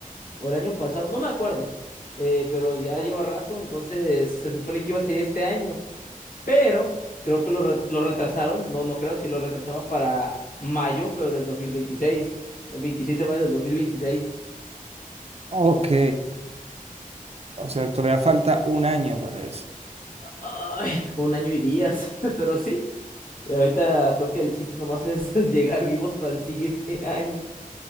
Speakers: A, on the left; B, on the right.
A: o el año pasado, no me acuerdo. Eh, pero ya lleva rato, entonces se supone que iba a ser este año. pero creo que lo, re- lo retrasaron, no, no creo, si lo retrasaron para mayo, pero del 2026 el 26 de mayo del 2026.
B: ok. O sea, todavía falta un año para eso.
A: Ay, un año y días, <laughs> pero sí. Ahorita creo que el chiste nomás es <laughs> llegar vivos para el siguiente año.